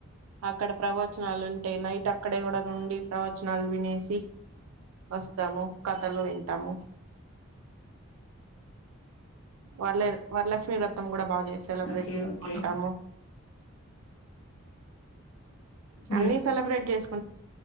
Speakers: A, on the right; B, on the left.
A: అక్కడ ప్రవచనాలు అంటే నైట్ అక్కడే కూడా ఉండి ప్రవచనాలు వినేసి వస్తాము కథలు వింటాము వరల వరలక్ష్మి వ్రతం కూడా బాగా సెలబ్రేట్ంటాము
B: ఓకే ఓకే ఉమ్,
A: అన్నిీ సెలబ్రేట్ చేస్త